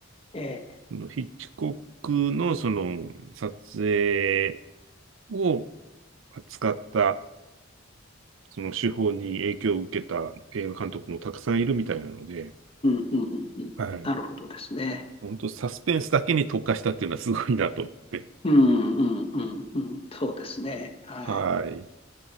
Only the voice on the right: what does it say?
そのヒッチコックのその撮影を扱ったその手法に影響を受けた映画監督もたくさんいるみたいなので、
はい。
本当サスペンスだけに特化したっていうのはすごいなと思って。
はい。